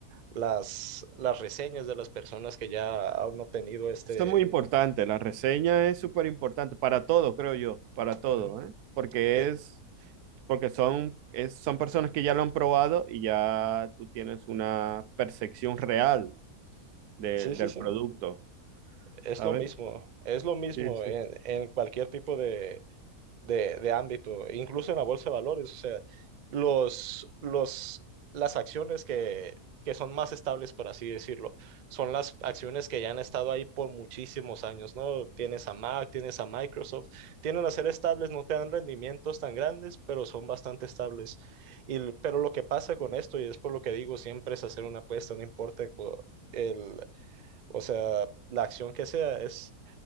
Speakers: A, on the right; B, on the right.
A: las, las reseñas de las personas que ya han obtenido este,
B: Eso es muy importante, la reseña es súper importante para todo, creo yo, para todo,
A: Ujú.
B: ¿eh? Porque
A: eh,
B: es, porque son, es- son personas que ya lo han probado y ya tú tienes una percepción real del,
A: sí, sí,
B: del
A: sí,
B: producto,
A: es
B: ¿sabes?
A: lo mismo, es lo mismo
B: Sí, sí.
A: en, en cualquier tipo de de, de ámbito, incluso en la bolsa de valores, o sea, los, los, las acciones que, que son más estables, por así decirlo, son las acciones que ya han estado ahí por muchísimos años, ¿no? Tienes a Mac, tienes a Microsoft, tienen a ser estables, no te dan rendimientos tan grandes, pero son bastante estables. Y, l- pero lo que pasa con esto, y es por lo que digo, siempre es hacer una apuesta, no importa cu- el, o sea, la acción que sea, es